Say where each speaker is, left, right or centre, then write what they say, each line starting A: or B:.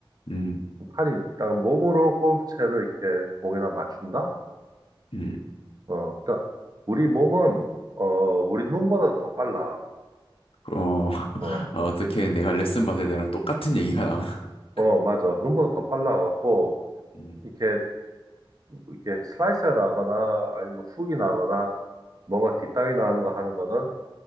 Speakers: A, on the left; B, on the right.
A: 음,
B: 팔이 있다가 몸으로 골프채를 이렇게 공에다 맞춘다?
A: 음,
B: 어, 그러니까 우리 몸은 어, 우리 눈보다 더 빨라.
A: 어, <laughs>
B: 어,
A: 아, 어떻게 내가 레슨 받을 때랑 똑같은 얘기가 나오나? <laughs>
B: 어, 맞아. 눈보다 더 빨라 갖고
A: 음,
B: 이렇게 이렇게 슬라이스 나거나 아니면 훅이 나거나 뭔가 뒷땅이 나는 거 하는 거는